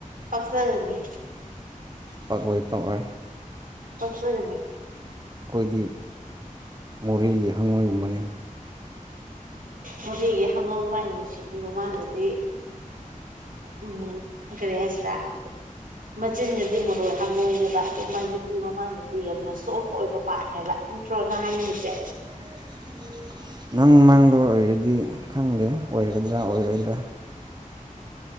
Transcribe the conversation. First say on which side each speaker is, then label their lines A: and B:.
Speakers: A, on the right; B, on the right.
A: ꯄꯛꯆꯒꯅꯤ
B: ꯄꯛꯑꯣꯏ ꯄꯛꯑꯣꯏ
A: ꯄꯛꯆꯒꯅꯤ
B: ꯑꯩꯈꯣꯏꯗꯤ ꯃꯣꯔꯦꯒꯤ ꯍꯪꯉꯣꯏꯒꯨꯝꯕꯅꯤ
A: ꯃꯣꯔꯦꯒꯤ ꯍꯪꯉꯧ ꯃꯥꯏ ꯅꯨꯡꯁꯤꯕꯤꯕ ꯃꯥꯅꯗꯤ ꯎꯝ ꯀ꯭ꯔꯤ ꯍꯥꯏꯁꯤꯔꯥ ꯃꯆꯤꯟꯅꯗꯤ ꯃꯔꯣꯏ ꯍꯪꯉꯣꯏꯅꯦꯕ ꯑꯗꯨ ꯃꯥꯏ ꯅꯨꯄꯤ ꯃꯃꯥꯟꯗꯗꯤ ꯌꯥꯝꯅ ꯁꯣꯐ ꯑꯣꯏꯕ ꯄꯥꯝꯅꯦꯕ ꯇ꯭ꯔꯣ ꯅꯪ ꯍꯥꯏꯅꯤꯡꯉꯤꯁꯦ
B: <unintelligible> ꯅꯪ ꯃꯪꯗ ꯑꯣꯏꯔꯗꯤ ꯈꯪꯗꯦ ꯑꯣꯏꯒꯗ꯭ꯔꯥ ꯑꯣꯏꯔꯣꯏꯗ꯭ꯔꯥ